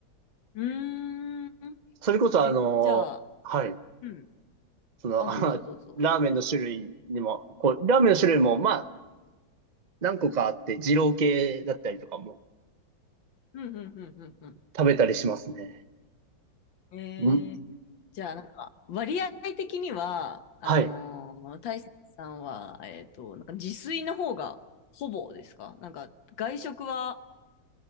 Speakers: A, on the left (about 75°); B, on the right (about 80°).
A: うーん。
B: それこそあのーはい。
A: え、じゃあ、うん。
B: その、
A: あ、
B: <laughs>
A: どうぞどうぞ。
B: あラーメンの種類にも、こう、ラーメンの種類も、まあ、何個かあって、二郎系だったりとかも
A: うん、うん、うん、うん。うん
B: 食べたりしますね。
A: えー、
B: ん
A: じゃあ、なんか、割合的には、あのー大雪さんは、
B: はい。
A: えっと、なんか自炊の方がほぼですかなんか、外食は、